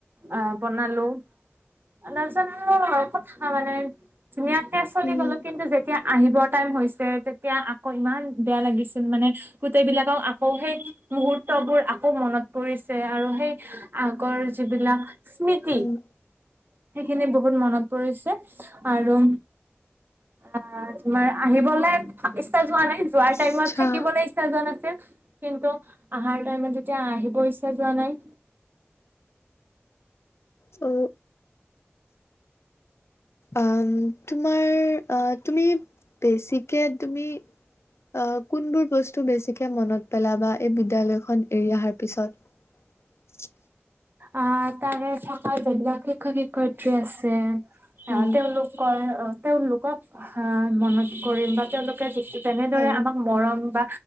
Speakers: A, on the right (about 50°); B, on the left (about 75°).
A: আহ বনালো তাৰপিছ কথা মানে তুমি ইতে চলি
B: উম
A: গলো কিন্তু যেতিয়া আহিব টাইম হৈছে তেতিয়া আকৌ ইমান বেয়া লাগিছিল মানে গোটেইবিলাকক আকৌ সেই মুহুৰ্তবোৰ আকৌ মনত পৰিছে আৰু সেই আগৰ যিবিলাক স্মৃতি
B: উম
A: সেইখিনি বহুত বহুত মনত পৰিছে আৰু আহ তোমাৰ আহিবলৈ ইচ্ছা যোৱা নাই যোৱাৰ টাইমত
B: আচ্ছা
A: থাকিবলৈাগচ্ছ জান কিন্তু আহাৰ টাইমত যেতিয়া আহিব ইচ্ছা যোৱা নাই
B: অ অ তোমাৰ তুমি বে কে তুমি আহ কোনবোৰ বস্তু বেছিকে মনত পেলাবা এই বিদ্যালয়খন এৰি অহাৰ পিছত
A: অ তাৰে থকা বগিলাক শিক্ষক শিক্ষয়িত্ৰী আছে
B: উম
A: অ তেওঁলোক ক অ তেওঁলোকক অ মনত কৰিম বা তেওঁলোকে য তেনেদৰে
B: হা
A: আমাক মৰম বা